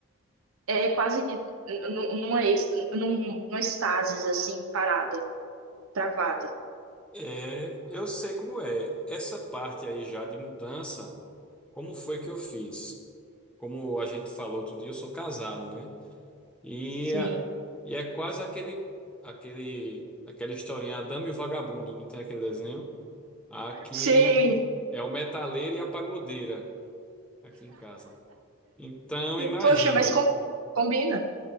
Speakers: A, on the right (about 70°); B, in the centre.
A: é, quase n- n- numa, ex- num- numa estasis, assim, parada, travada.
B: É, eu sei como é. Essa parte aí já de mudança, como foi que eu fiz? Como a gente falou outro dia, eu sou casado, né? E
A: Sim.
B: é, e é quase aquele, aquele, aquela historinha, a Dama e o Vagabundo, não tem aquele desenho? Aqui
A: Sim.
B: é o metaleiro e a pagodeira, aqui em casa. Então, imagina,
A: Poxa, mas com- combina.